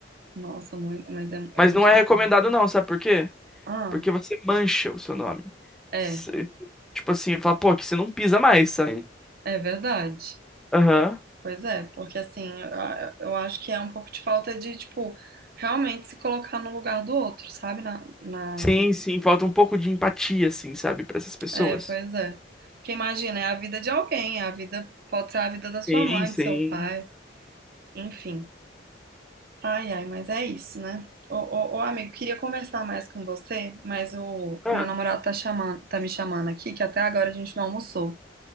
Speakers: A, on the right (about 55°); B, in the centre.
A: Nossa, muito. Mas é, é
B: Mas
A: muito.
B: não é recomendado não, sabe por quê?
A: Ah,
B: Porque você mancha o seu nome.
A: é,
B: Você- tipo assim, fala, pô, que você não pisa mais, sabe?
A: é verdade.
B: Aham.
A: Pois é, porque assim, eu, eu acho que é um pouco de falta de, tipo, realmente se colocar no lugar do outro, sabe? Na, na...
B: Sim, sim, falta um pouco de empatia, assim, sabe, pra essas pessoas.
A: É, pois é. Porque imagina, é a vida de alguém, é a vida, pode ser a vida da sua
B: Sim,
A: mãe,
B: sim.
A: do seu pai, enfim. Ai, ai, mas é isso, né? Ô, ô, ô, amigo, queria conversar mais com você, mas o
B: Ah,
A: meu namorado tá chamando, tá me chamando aqui, que até agora a gente não almoçou.